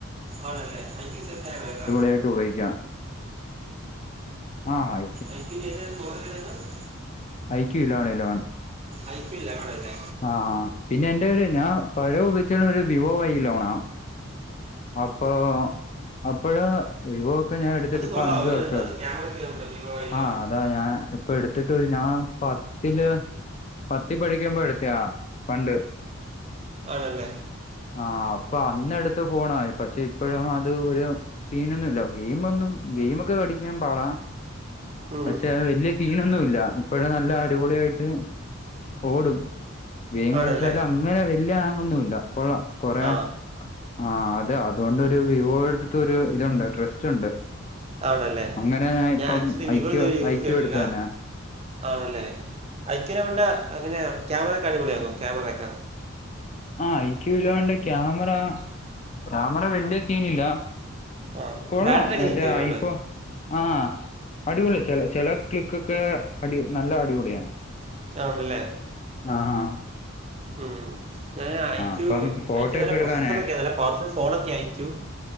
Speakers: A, on the right; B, on the left.
A: ആണല്ലേ ഐ ക്യൂ സെറ്റാണ് കേട്ട
B: ട്ടും ഉപയോഗിക്ക ആ ഐ
A: ഐ ക്യു ന്റെ ഏതാര്ന്ന് മോഡൽ ഏതാരുന്ന്
B: iQOO eleven eleven
A: iQOO eleven അല്ലേ
B: ആഹ പിന്നെ എന്റെ കയ്യിൽ ഒരു ഞാൻ പഴയ ഉപയോഗിച്ചിണെ ഒരു വിവോ ഐ ലോണ അപ്പൊ അപ്പോഴ്‌ വിവോ ഒക്കെ ഞാൻ എടു ത്തിട്ട്
A: അത്
B: ഇപ്പ
A: കൊള്ളാമോ
B: അഞ്ചു
A: അതിനുണ്ട്
B: വർഷം
A: അത് ക്യാമറയ്ക്ക് ഉണ്ട് വിവോ വൈ ലെവൻ
B: ആയി അതാ ഞാൻ ഇപ്പൊ എടുത്തിട്ട് ഞാൻ പത്തില് പത്തി പഠിക്കുമ്പോ എടുത്തയാ പണ്ട്
A: ആണല്ലേ?
B: ആ അപ്പൊ അന്ന് എടുത്ത ഫോണായി പക്ഷെ ഇപ്പോഴും അത് ഒരു സീനൊന്നുല്ല ഗെയിം ഒന്നും ഗെയിമൊക്കെ കളിക്കാൻ പാടാ
A: ഉം,
B: പക്ഷെ വല്യ സീനൊണൊന്നുല്ല ഇപ്പോളും നല്ല അടിപൊളിയായിട്ട്. ഓടും ഗൈം
A: ആണല്ലേ
B: കളിച്ചാലും അങ്ങനെ വല്യ ആങ്ങൊന്നുല്ല കൊള്ള കൊറേ
A: ആ
B: ആ അതെ അതുകൊണ്ട് വിവോടുത്ത ഒരു ഇതുണ്ട് ട്രസ്റ്റ് ഉണ്ട്
A: ആണല്ലേ
B: അങ്ങനെ ഞാൻ ഇപ്പം
A: ആക്ച്വലി വിവോ
B: ഐക്ക
A: ഇതുവരെ യൂസ്
B: ഐക്കോ
A: ചെയ്തിട്ടില്ല
B: എടുത്താനാ
A: ആണല്ലേ ഐക്യന വേണ്ട അങ്ങനെയ ക്യാമറക്കെ അടിപൊളിയാണോ ക്യാമറയക്കെ?
B: ആ ഐക്യൂ ഇല്ലണ്ട് ക്യാമറ ക്യാമറ വല്യ സീനില്ല.
A: ആ
B: കൊള്ളാം
A: ബാറ്ററി ഒക്കെ
B: മറ്റെ
A: നിൽക്കും ഒരുപാട്
B: ഐഫോ ആഹ് അടിപൊളി ചെല ചെല ക്ലിക്ക്ക്കെ അടി നല്ല അടിപൊളിയാണ്.
A: ആണല്ലേ
B: ആഹഹ
A: ഉം ഞാൻ അയച്ചു
B: അപ്പം ഫോട്ടോ
A: അയക്ക് നല്ല
B: ഒക്കെ എടുക്കാനേ
A: പ്രോസസറൊക്കെ നല്ല പവർഫുൾ ഫോൺക്കെ അയ്കു